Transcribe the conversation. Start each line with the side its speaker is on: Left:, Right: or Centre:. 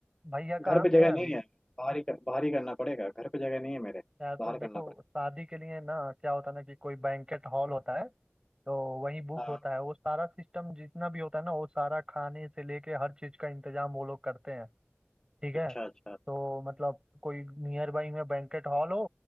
Right: भैया
Left: घर
Right: कहाँ
Left: पे
Right: पे
Left: जगह
Right: हैं अभी
Left: नहीं है बाहर ही बाहर ही करना पड़ेगा घर पे जगह नहीं है मेरे
Right: यार
Left: बाहर
Right: तो देखो
Left: करना पड़ेगा
Right: शादी के लिए ना क्या होता है ना कि कोई बैंकेट हॉल होता है तो वहीं बुक
Left: हाँ
Right: होता है वो सारा सिस्टम जितना भी होता है ना वो सारा खाने से लेके हर चीज का इंतजाम वो लोग करते हैं ठीक है
Left: अच्छा अच्छा
Right: तो मतलब कोई नियर बाई में बैंकेट हॉल हो